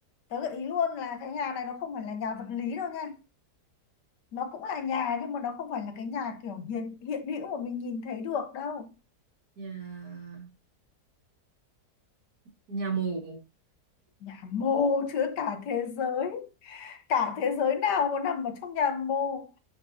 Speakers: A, on the left (about 85°); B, on the right (about 65°).
A: tớ gợi ý luôn là cái nhà này nó không phải là nhà vật lý đâu nha. Nó cũng là nhà nhưng mà nó không phải là cái nhà kiểu hiện hiện hữu mà mình nhìn thấy được đâu.
B: nhà nhà mồ.
A: Nhà mô chứa cả thế giới. cả thế giới nào mà nằm ở trong nhà mồ